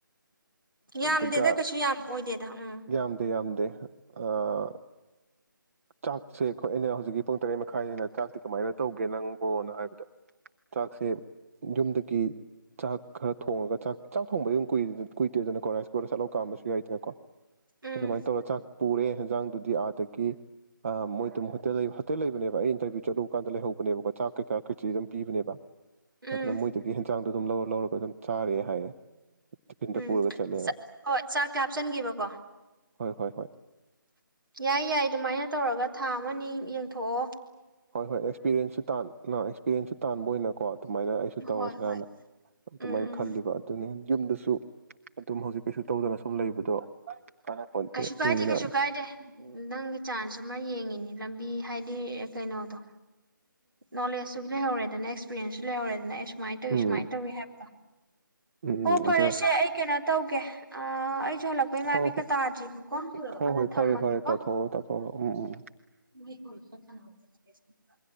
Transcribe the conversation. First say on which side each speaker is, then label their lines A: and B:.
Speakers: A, on the right; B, on the right.
A: ꯌꯥꯝꯗꯦꯗ
B: ꯑꯗꯨꯒ
A: ꯀꯩꯁꯨ ꯌꯥꯝ ꯑꯣꯏꯗꯦꯗ ꯎꯝ
B: ꯌꯥꯝꯗꯦ ꯌꯥꯝꯗꯦ ꯑꯥ꯫ ꯆꯥꯛꯁꯦ ꯑꯩꯈꯣꯏ ꯑꯩꯅ ꯍꯧꯖꯤꯛꯀꯤ ꯄꯨꯡ ꯇꯔꯦꯠ ꯃꯈꯥꯏꯅꯤꯅ ꯆꯥꯛꯇꯤ ꯀꯃꯥꯏꯅ ꯇꯧꯒꯦ ꯅꯪꯕꯣꯅ ꯍꯥꯏꯕꯗ꯫ ꯆꯥꯛꯁꯦ ꯌꯨꯝꯗꯒꯤ ꯆꯥꯛ ꯈꯔ ꯊꯣꯡꯉꯒ ꯆꯥꯛ ꯆꯥꯛ ꯊꯣꯡꯕ ꯀꯨꯏꯗꯣꯏꯗꯅꯀꯣ ꯔꯥꯏꯁ ꯀꯨꯀꯔꯗ ꯁꯠ ꯂꯥꯎꯅ ꯀꯥꯝꯝꯕꯁꯨ ꯌꯥꯏꯗꯅꯀꯣ꯫
A: ꯎꯝ
B: ꯑꯗꯨꯃꯥꯏꯅ ꯇꯧꯔ ꯆꯥꯛ ꯄꯨꯔꯦ ꯍꯟꯖꯥꯡꯗꯨꯗꯤ ꯑꯥꯗꯒꯤ ꯃꯣꯏ ꯑꯗꯨꯝ ꯍꯣꯇꯦꯜ ꯍꯣꯇꯦꯜ ꯂꯩꯕꯅꯦꯕ ꯑꯩ ꯏꯟꯇꯔꯚꯤꯌꯨ ꯆꯠꯂꯨꯕ ꯀꯥꯟꯗ ꯂꯩꯍꯧꯕꯅꯦꯕꯀꯣ ꯆꯥꯛ ꯀꯩꯀꯥ ꯈꯦꯆ꯭ꯔꯤ ꯑꯗꯨꯝ꯫ ꯄꯤꯕꯅꯦꯕ꯫
A: ꯎꯝ
B: ꯑꯗꯨꯅ ꯃꯣꯏꯗꯒꯤ ꯍꯦꯟꯖꯥꯡ꯫ ꯑꯗꯨꯝ ꯂꯧꯔ ꯂꯧꯔꯒ ꯑꯗꯨꯝ ꯆꯥꯔꯦ ꯍꯥꯏꯌꯦ ꯇꯤꯐꯤꯟꯗ
A: ꯎꯝ
B: ꯄꯨꯔꯒ ꯆꯠꯂꯦꯅ
A: ꯆꯠ ꯍꯣꯏ ꯆꯥꯛꯇ ꯍꯥꯞꯆꯤꯟꯈꯤꯕꯀꯣ꯫
B: ꯍꯣꯏ ꯍꯣꯏ ꯍꯣꯏ꯫
A: ꯌꯥꯏ ꯌꯥꯏ ꯑꯗꯨꯃꯥꯏꯅ ꯇꯧꯔꯒ ꯊꯥ ꯑꯃ ꯅꯤ ꯌꯦꯡ ꯊꯣꯛꯑꯣ꯫
B: ꯍꯣꯏ ꯍꯣꯏ ꯑꯦꯛꯁꯄꯤꯔꯦꯟꯁꯁꯨ ꯇꯥꯟ ꯅꯣ ꯑꯦꯛꯁꯄꯤꯔꯌꯦꯟꯁꯁꯨ ꯇꯥꯟꯕ ꯑꯣꯏꯅꯀꯣ ꯑꯗꯨꯃꯥꯏꯅ ꯑꯩꯁꯨ ꯇꯧꯔꯁꯤꯔꯅ
A: ꯍꯣꯏ ꯍꯣꯏ
B: ꯑꯗꯨꯃꯥꯏꯅ
A: ꯎꯝ ꯎꯝ
B: ꯈꯜꯂꯤꯕ ꯑꯗꯨꯅꯤ ꯌꯨꯝꯗꯁꯨ ꯑꯗꯨꯝ ꯍꯧꯖꯤꯛ ꯀꯩꯁꯨ ꯇꯧꯗꯅ ꯁꯨꯝ ꯂꯩꯕꯗꯣ ꯀꯥꯟꯅꯄꯣꯟꯇꯦ
A: ꯀꯩꯁꯨ
B: ꯑꯗꯨꯗꯨꯅ
A: ꯀꯥꯏꯗꯦ ꯀꯩꯁꯨ ꯀꯥꯏꯗꯦ ꯅꯪꯒꯤ ꯆꯥꯟꯁ ꯑꯃ ꯌꯦꯡꯉꯤꯅꯤ ꯂꯝꯕꯤ ꯍꯥꯏꯗꯤ ꯀꯩꯅꯣꯗꯣ ꯅꯣꯂꯦꯖꯁꯨ ꯂꯩꯍꯧꯔꯦꯗꯅ ꯑꯦꯛꯁꯄꯤꯔꯤꯌꯦꯦꯟꯁꯁꯨ ꯂꯩꯍꯧꯔꯦꯗꯅ ꯑꯦ ꯁꯨꯃꯥꯏ ꯇꯧꯋꯤ
B: ꯎꯝ
A: ꯁꯨꯥꯏ ꯇꯧꯋ ꯍꯥꯏꯗꯣ
B: ꯎꯝ
A: ꯍꯣ
B: ꯎꯝ
A: ꯐꯔꯁꯦ
B: ꯑꯗꯣ
A: ꯑ ꯀꯦꯅ ꯇꯧꯒꯦ ꯑꯥ ꯑꯩ ꯇꯧ ꯍꯥꯂꯛꯄꯒꯤ ꯃꯥꯏ
B: ꯍꯣꯏ
A: ꯃꯤꯠꯀ
B: ꯍꯣꯏ
A: ꯇꯥꯗ꯭ꯔꯤꯕꯀꯣ
B: ꯍꯣꯏ
A: ꯑꯗꯣ
B: ꯍꯣꯏ ꯐꯔꯦ
A: ꯊꯝꯃꯒꯦꯀꯣ
B: ꯐꯔꯦ ꯇꯊꯔꯣ ꯇꯧꯔꯣ ꯎꯝ ꯎꯝ
A: ꯋꯤꯛ ꯀꯣꯜ ꯑꯥꯛꯇ ꯁꯟꯅꯍꯧꯒꯦ ꯔꯀꯦꯁ ꯃꯤꯀꯥ